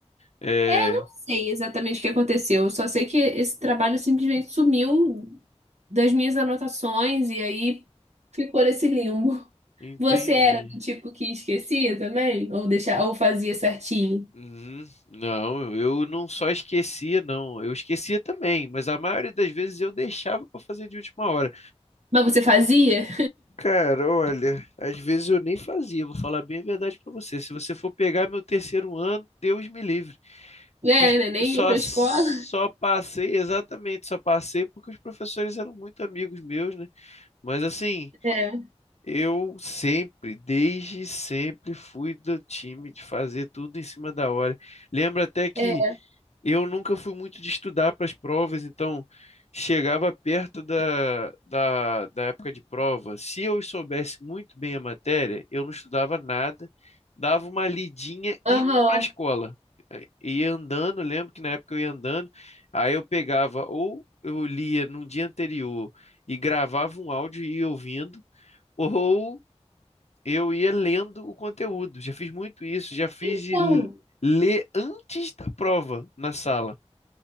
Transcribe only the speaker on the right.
É, eu não sei exatamente o que aconteceu, eu só sei que esse trabalho simplesmente sumiu das minhas anotações e aí ficou nesse limbo.
Você era do tipo que esquecia também? Ou deixa, ou fazia certinho?
Mas você fazia?
É,
né? Nem
ia pra
escola.
É,
é,
aham.
Então,